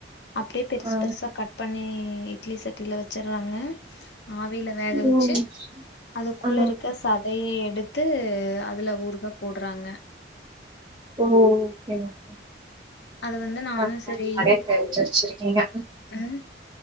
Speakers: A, on the left; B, on the right.
A: அப்டே பெருசு
B: ஆ
A: பெருசா கட் பண்ணி இட்லி சட்டில வச்சற்றாங்க ஆவில வேக
B: ம்
A: வச்சு அதுக்குள்ள
B: ஆ
A: இருக்க சத் தயே எடுத்து அதுல ஊறுகா போட்றாங்க
B: ஓ ஓகே ஓகே
A: அது வந்து நானும்
B: பர்வல்லி
A: சரி
B: நெறைய தெரிஞ்சி வச்சிருக்கீங்க
A: ம்